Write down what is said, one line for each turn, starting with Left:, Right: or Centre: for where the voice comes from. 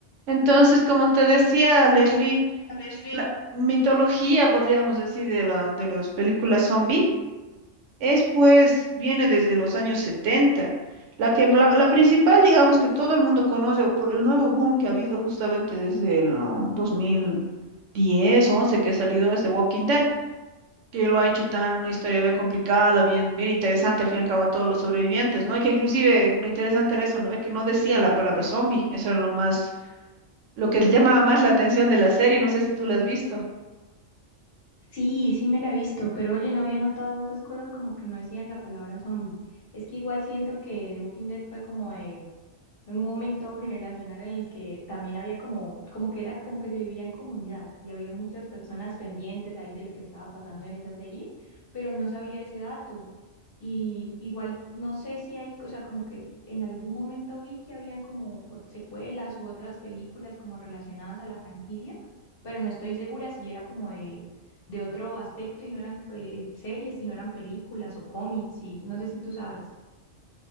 Right: Entonces, como te decía, Leslie,
Left: Leslie.
Right: la mitología, podríamos decir, de la, de las películas zombie, es pues, viene desde los años 70. La que, la, la principal, digamos, que todo el mundo conoce, o por el nuevo boom que ha habido justamente desde el ¿no? dos mil diez, once, que ha salido, es The Walking Dead, que lo ha hecho tan una historia bien complicada, bien, bien interesante, al fin y al cabo, a todos los sobrevivientes, ¿no? Y que inclusive lo interesante era eso, ¿no? Ve que no decían la palabra zombie, eso era lo más lo que llamaba más la atención de la serie, no sé si tú la has visto.
Left: Sí, sí me la he visto, pero oye, no había notado esas cosas como que no decían la palabra zombie. Es que igual siento que The Walking Dead fue como de un momento generacional en el que también había como, como que era como que se vivía en comunidad y había muchas personas pendientes ahí de lo que estaba pasando en esa serie, pero no sabía ese dato. Y igual no sé si hay, o sea, como que en algún momento vi que habían como o- secuelas u otras películas como relacionadas a la franquicia, pero no estoy segura si era como de, de otro aspecto y no eran pues, series, sino eran películas o cómics y no sé si tú sabes.